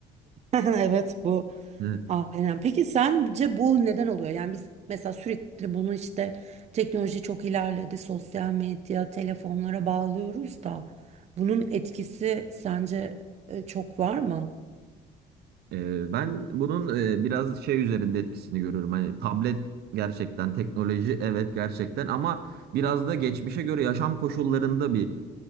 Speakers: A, on the right (about 40°); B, on the right (about 70°).
A: <laughs> Evet bu
B: Evet.
A: aynen. Peki sence bu neden oluyor? Yani biz mesela sürekli bunu işte teknoloji çok ilerledi, sosyal medya, telefonlara bağlıyoruz da bunun etkisi sence e, çok var mı?
B: Ee, ben bunun e, biraz şey üzerinde etkisini görüyorum. Hani tablet gerçekten teknoloji evet gerçekten ama biraz da geçmişe göre yaşam koşullarında bir